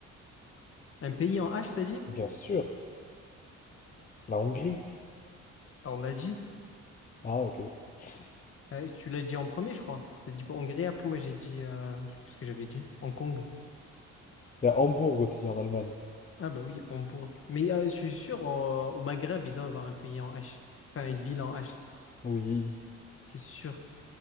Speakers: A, on the left; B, on the left.
A: Un pays en H, t'as dit?
B: Bien sûr. La Hongrie.
A: Ah, on l'a dit.
B: Ah, ok. <laughs>
A: Euh, tu l'as dit en premier, je crois. T'as dit pour Hongrie, après moi j'ai dit, euh, je sais plus ce que j'avais dit, Hong Kong.
B: Il y a Hambourg aussi, en Allemagne.
A: Ah bah oui, Hambourg. Mais euh, je suis sûr, au au Maghreb, il doit y avoir un pays en H. Enfin, une ville en H,
B: Oui.
A: c'est sûr.